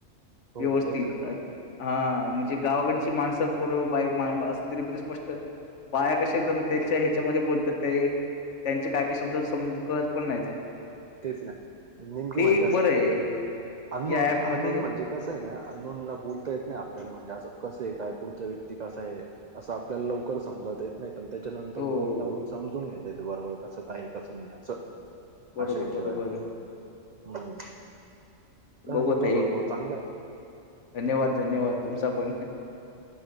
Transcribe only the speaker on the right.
हो
तेच ना
तेच नाही नेमकी
म्हणजे
असं
अननोन
अननोन म्हणजे कसं आहे ना अननोन बोलता येत नाही आपल्याला म्हणजे असं कसं आहे काय पुढचां व्यक्ती कसा आहे असं आपल्याला लवकर समज <unintelligible> जाता येत नाही पण त्याच्यानंतर
बोलण्यावरून समजून घेतता येत बरोबर कसं काय कसं नाही असं.
अशा हिशोबाने
हम का
तुमचा
स्वभाव चांगला आहे.